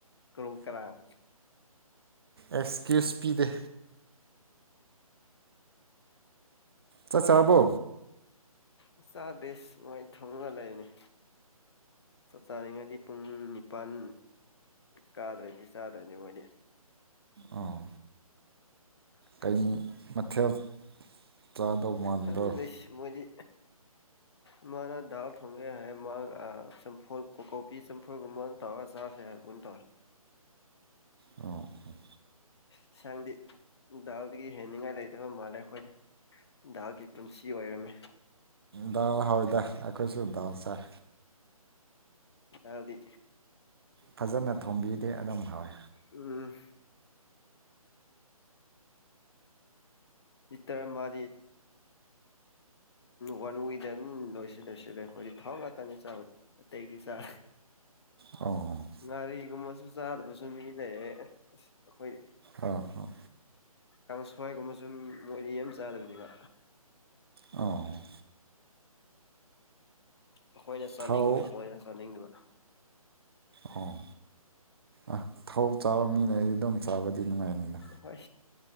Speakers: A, on the left (about 45°); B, on the right (about 40°).
A: ꯀ꯭ꯔꯨꯝ ꯀꯔꯥꯡ
B: ꯑꯦꯛꯁꯀ꯭ꯌꯨꯁ <unintelligible> ꯄꯤꯗꯦ ꯆꯥꯛ ꯆꯥꯔꯕꯣ
A: ꯑꯁ ꯆꯥꯗꯦꯁ ꯃꯣꯏ ꯊꯣꯡꯉ ꯂꯩꯅ‌ꯦ ꯆꯥꯛ ꯆꯥꯅꯤꯡꯉꯗꯤ ꯄꯨꯡ ꯅꯤꯄꯥꯜ ꯀꯥꯗ꯭ꯔꯗꯤ ꯆꯥꯗꯕꯅꯤ ꯃꯣꯏꯗꯤ
B: ꯑꯥ
A: <unintelligible>
B: ꯀꯩ ꯃꯊꯦꯜ ꯆꯥꯗꯧ ꯃꯥꯟꯕ꯭ꯔꯣ
A: ꯈꯪꯗ‌ꯦꯁ ꯃꯣꯏꯗꯤ ꯏꯃꯥꯅ ꯗꯥꯜ ꯊꯣꯡꯒ‌ꯦ ꯍꯥꯏ ꯃꯥꯒ ꯆꯝꯐꯨꯠ ꯀꯣꯕꯤ ꯆꯝꯐꯨꯠꯒꯨꯝꯕ ꯑꯣꯏꯅ ꯇꯧꯔꯒ ꯆꯥꯁꯦ ꯍꯥꯏꯕ ꯑꯣꯏꯅ ꯇꯧꯋꯦ
B: ꯑꯣ ꯑꯣ
A: ꯏꯟꯁꯥꯡꯗꯤ ꯗꯥꯜꯗꯒꯤ ꯍꯦꯟꯅꯤꯡꯉꯥꯏ ꯂꯩꯇꯕ ꯃꯥꯜꯂꯦ ꯑꯩꯈꯣꯏꯗꯤ ꯗꯥꯜꯒꯤ ꯄꯨꯟꯁꯤ ꯑꯣꯏꯔꯝꯃ‌ꯦ
B: ꯗꯥꯜ ꯍꯥꯎ ꯑꯗꯨꯗ <unintelligible> ꯑꯈꯣꯏꯁꯨ ꯗꯥꯜ ꯆꯥꯏ
A: ꯗꯥꯜꯗꯤ
B: ꯐꯖꯅ ꯊꯣꯝꯕꯤꯔꯗꯤ ꯑꯗꯨꯝ ꯍꯥꯎꯋꯦ
A: ꯎꯝ ꯂꯤꯇꯔ ꯑꯃꯥꯗꯤ ꯋꯥꯟ ꯋꯤꯛ ꯌꯦꯟ ꯂꯣꯏꯁꯤ ꯂꯣꯏꯁꯤꯜꯂꯦ ꯑꯩꯈꯣꯏꯗꯤ ꯊꯥꯎ ꯉꯥꯛꯇꯅꯤ ꯆꯥꯕ ꯑꯇꯩꯗꯤ ꯆꯥꯛ
B: ꯑꯣ
A: ꯉꯥꯔꯤꯒꯨꯝꯕꯁꯨ ꯆꯥꯗꯕꯁꯨ ꯃꯤ ꯂꯩꯌꯦ ꯑꯁ ꯑꯩꯈꯣꯏ
B: ꯑꯥ ꯍꯣꯏ
A: ꯀꯥꯡꯁꯣꯏꯒꯨꯝꯕ ꯁꯨꯝ ꯃꯣꯏꯗꯤ ꯌꯥꯝ ꯆꯥꯗꯕꯅꯤꯕ
B: ꯑꯣ
A: ꯑꯩꯈꯣꯏꯅ ꯆꯥꯅꯤꯡꯗꯣ
B: ꯊꯥꯎ
A: ꯃꯤꯏꯅ ꯆꯥꯅꯤꯡꯗꯕ
B: ꯑꯣ ꯑ ꯊꯧ ꯆꯥꯕ ꯃꯤ ꯂꯩꯗꯤ ꯑꯗꯨꯝ ꯆꯥꯕꯗꯤ ꯅꯨꯡꯉꯥꯏꯅꯤꯗ
A: ꯍꯣꯏ